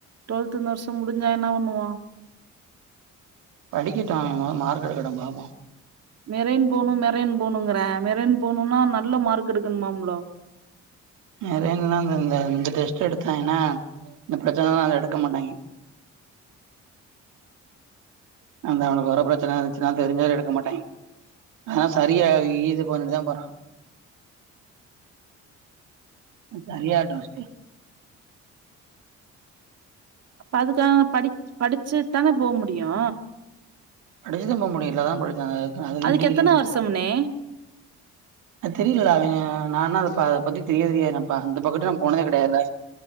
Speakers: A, on the right; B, on the right.
A: டொல்த் இந்த வருஷம் முடிஞ்சா என்ன பண்ணுவான்
B: படிக்கட்டும் அவன் மொத மார்க் எடுக்கட்டும் பாப்போம்
A: மெரேன் போணு மெரேன் போணுங்கறேன் மெரேன் போணுனா நல்ல மார்க் எடுக்கணுமாம்ளோ
B: நறையாங்னா அந்த இந்த இந்த டெஸ்ட் எடுத்தா என்னா இந்த ப்ரச்சனல்லா அது எடுக்க மாட்டாய்ங்க. அந்த அவனுக்கு வர ப்ரச்சன இருந்துச்சுன்னா தெரிஞ்சாலு எடுக்க மாட்டாய்ங். ஆனா சரியாயி இது பண்ணுட்டு தா பண்ணனு.
A: <inaudible>
B: சரியா டோஸ்டியோ
A: இப்ப அதுக்காக படி படிச்சுத்தான போ முடியு.
B: படிச்சுத் தா போ முடியு. வீட்லதா படிச்சாங்க. அது அதுக்குன்னு
A: அதுக்கு
B: டிகிரி
A: எத்தன
B: இருக்கு.
A: வருஷம்னே
B: அ தெரியல டா அவே நா இன்னு அத ப அத பத்தி தெரியவே தெரியாது நண்பா அந்த பக்கத்து நா போனதே கெடயாது.